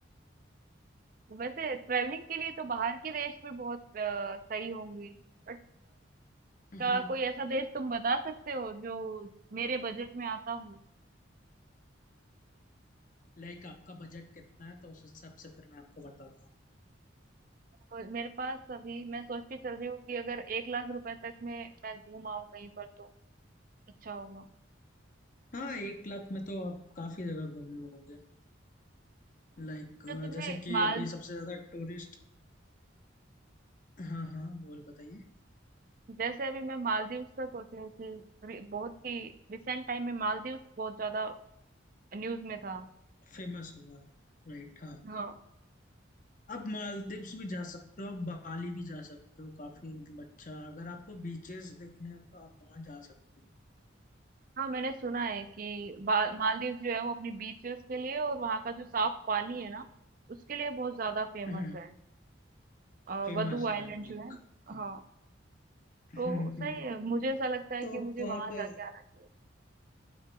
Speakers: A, on the right; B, on the left.
A: वैसे ट्रैवलिंग के लिए तो बाहर के देश भी बहुत अ, सही होंगी बट
B: है
A: का कोई ऐसा देश तुम बता सकते हो जो मेरे बजट में आता हो
B: लाइक आपका बजट कितना है तो उस हिसाब से फिर मैं आपको बताता हूँ
A: तो मेरे पास अभी मैं सोच के चल रही हूँ कि अगर एक लाख रुपए तक में मैं घूम आऊं कहीं पर तो अच्छा होगा
B: हाँ एक लाख में तो आप काफी जगह घूम लोगे लाइक
A: तो तुम्हें
B: जैसे कि
A: माल
B: अभी सबसे ज्यादा टूरिस्ट हाँ हाँ बोल बताइए
A: जैसे अभी मैं मालदीव्स का सोच रही थी अभी बहुत ही रिसेंट टाइम में मालदीव्स बहुत ज्यादा न्यूज में था
B: फेमस हुआ राइट हाँ
A: हाँ
B: आप मालदीव्स भी जा सकते हो आप बाली भी जा सकते हो काफी बच्चा अगर आपको बीचेस देखने हैं तो आप वहाँ जा सकते
A: हाँ मैंने सुना है कि बा- मालदीव्स जो है वो अपनी बीचेस के लिए और वहाँ का जो साफ पानी है ना उसके लिए बहुत ज्यादा फेमस
B: हो
A: है
B: <laughs>
A: अ,
B: फेमस
A: वधु आइलैंड
B: है लाइक
A: जो है
B: हाँ
A: हाँ
B: <laughs>
A: तो
B: हम्म,
A: सही
B: हम्म।
A: है मुझे ऐसा लगता है
B: तो
A: कि
B: आप
A: मुझे
B: वहाँ
A: वहां
B: पे
A: जाके आना चाहिए